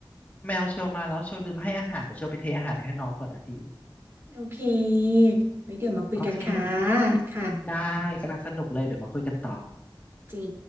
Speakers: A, on the left; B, on the right.
A: แมวเชลมาแล้วเชลลืมให้อาหารเดี๋ยวเชลไปเทอาหารให้น้องก่อนนะพี่
B: โอเคไว้เดี๋ยวมาคุยกันค่ะ
A: โอเค
B: ค่ะ
A: ได้กำลังสนุกเลยเดี๋ยวมาคุยกันต่อ
B: จริง